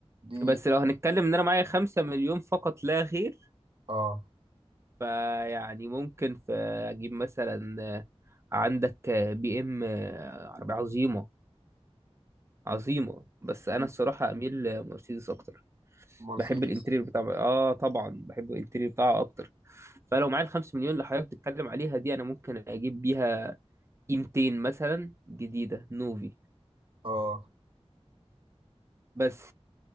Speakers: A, on the right; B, on the right.
A: دي
B: بس لو هنتكلم ان انا معايا 5 مليون فقط لا غير
A: اه
B: فيعني ممكن في اجيب مثلا آه، عندك آه، بي ام آه، عربية عظيمة عظيمة بس انا
A: مم،
B: الصراحة اميل لمرسيدس اكتر
A: مرسيدس
B: بحب الانتريور بتاع اه طبعا بحب الانتريور بتاعها اكتر فلو معايا الخمس مليون اللي حضرتك بتتكلم عليها دي انا ممكن اجيب بيها اي 200 مثلا جديدة نوفي
A: اه
B: بس